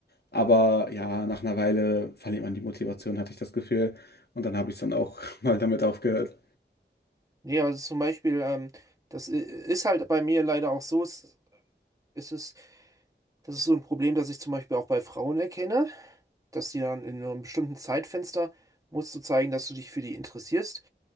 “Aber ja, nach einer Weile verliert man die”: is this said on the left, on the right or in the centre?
Left